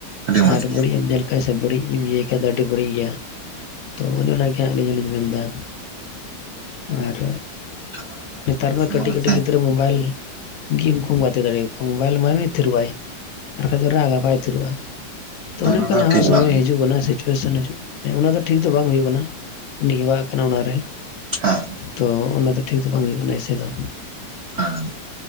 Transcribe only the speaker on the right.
ᱟᱹᱰᱤ ᱢᱚᱸᱡᱽ
ᱜᱮᱭᱟ
ᱡᱚᱛᱚ ᱦᱚᱲ ᱫᱚ
ᱵᱟᱠᱚ
ᱥᱚᱢᱟᱱᱟ
ᱥᱮ
ᱠᱤᱱᱛᱩ
ᱚᱱᱟ
ᱫᱚ ᱴᱷᱤᱠ
ᱵᱟᱝ ᱦᱩᱭᱩᱜ
ᱦᱮᱸ
ᱦᱮᱸ